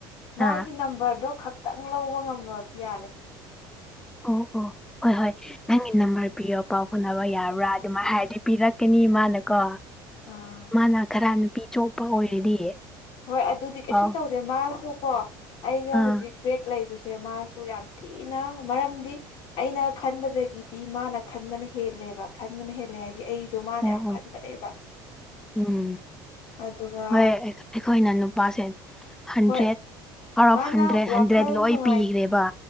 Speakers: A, on the left; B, in the centre.
A: ꯃꯥꯒꯤ
B: ꯑꯥ
A: ꯅꯝꯕꯔꯗꯣ ꯈꯛꯇꯪ ꯂꯧꯕ ꯉꯃꯗꯤ ꯌꯥꯔꯦ
B: ꯑꯣ ꯑꯣ ꯍꯣꯏ ꯍꯣꯏ ꯅꯪꯒꯤ ꯅꯝꯕꯔ ꯄꯤꯌꯣ ꯄꯥꯎ ꯐꯥꯎꯅꯕ ꯌꯥꯕ꯭ꯔꯥ ꯑꯗꯨꯃꯥꯏꯅ ꯍꯥꯏꯔꯗꯤ ꯄꯤꯔꯛꯀꯅꯤ ꯏ ꯃꯥꯥꯅ ꯀꯣ
A: ꯑꯥ
B: ꯃꯥꯅ ꯈꯔ ꯅꯨꯄꯤ ꯑ ꯆꯣꯣꯛꯄ ꯑꯣꯏꯔꯗꯤ
A: ꯍꯣꯏ ꯑꯗꯨꯗꯤ ꯀꯩꯁꯨ
B: ꯄꯥꯎ
A: ꯇꯧꯗꯦ ꯃꯥꯁꯨ ꯀꯣ ꯑꯩꯒ
B: ꯑꯥ
A: ꯍꯧꯖꯤꯛ ꯕ꯭ꯔꯦꯛ ꯂꯩꯕꯁꯦ ꯃꯥꯁꯨ ꯌꯥꯝ ꯊꯤꯅ ꯃꯔꯝꯗꯤ ꯑꯩꯅ ꯈꯟꯕꯗꯒꯤꯗꯤ ꯃꯥꯅ ꯈꯟꯕꯅ ꯍꯦꯜꯂꯦꯕ ꯈꯟꯕꯅ ꯍꯦꯜꯂꯦ ꯍꯥꯏꯗꯤ ꯑꯩ ꯑꯗꯨ ꯃꯥꯅ
B: ꯑꯣ
A: ꯌꯥꯝ
B: ꯑꯣ
A: ꯈꯟꯕꯅꯦꯕ
B: ꯎꯝ
A: ꯑꯗꯨꯒ
B: ꯍꯣꯏ ꯑꯩꯈꯣꯏꯅ ꯅꯨꯄꯥꯁꯦ ꯍꯟꯗ꯭ꯔꯦꯠ
A: ꯍꯣꯏ
B: ꯑꯥꯎꯠ ꯑꯣꯐ
A: ꯃꯥꯅ
B: ꯍꯟꯗ꯭ꯔꯦꯠ
A: ꯋꯥꯈꯜ
B: ꯍꯟꯗ꯭ꯔꯦꯠ ꯂꯣꯏ
A: ꯅꯨꯡꯉꯥꯏ
B: ꯄꯤꯈ꯭ꯔꯦꯕ